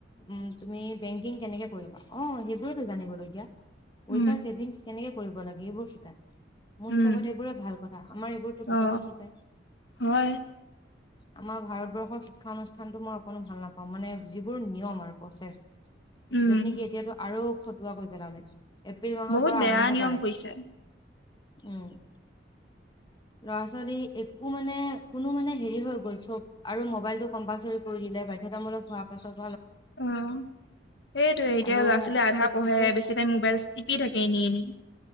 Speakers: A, on the left; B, on the left.
A: উম তুমি বেংকিং কেনেকে কৰিবা? অ সেইবোৰেতো, জানিবলগীয়া পইচা
B: উম
A: ছেভিংছ কেনেকে? কৰিব লাগে, এইবোৰ শিকাই। মোৰ
B: উম
A: হিচাপত এইবোৰে ভাল কথা, আমাৰ এইবোৰতো
B: অ
A: কেতিয়াও নিশিকায়।
B: হয়
A: আমাৰ ভাৰতবৰ্ষৰ শিক্ষা অনুষ্ঠানতটো মই অকণো ভাল নাপাওঁ। মানে যিবোৰ নিয়ম আৰু প্ৰচেছ
B: উম
A: যত নেকি এতিয়াতো আৰু ফটুৱা কৰি পেলালে এপ্ৰিল মাহৰ
B: বহুত
A: পৰা
B: বেয়া
A: আৰম্ভ
B: নিয়ম
A: কৰে
B: কৰিছে।
A: উম, লৰা -ছোৱালী একো মানে, কোনো মানে হেৰি হৈ গ'ল চব আৰু মোবাইলটো কম্পালচৰি কৰি দিলে, বাধ্যতামুলক হোৱাৰ পাছত
B: অ সেইটোয়ে, এতিয়া
A: আৰু
B: ল'ৰা -ছোৱালী আধা
A: শিক্ষকে
B: পঢ়ে, বেছি টাইম মোবাইল টিপি থাকে এনে এনে,